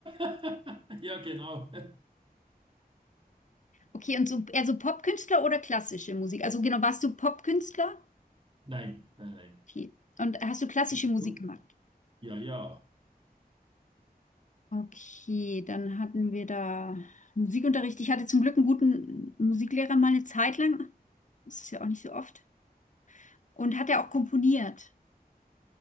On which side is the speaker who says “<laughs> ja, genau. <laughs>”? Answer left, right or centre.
Right